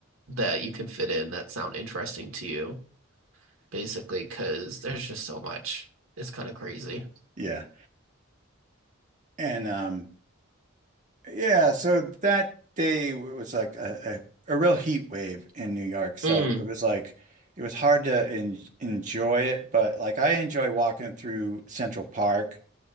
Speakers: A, on the right; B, on the right.
A: that you can fit in that sound interesting to you, basically, because there's just so much. It's kind of crazy.
B: Yeah. And um Yeah, so that day w- was like a, a, a real heat wave in New York. So
A: Mm,
B: it was like it was hard to en enjoy it, but like I enjoy walking through Central Park,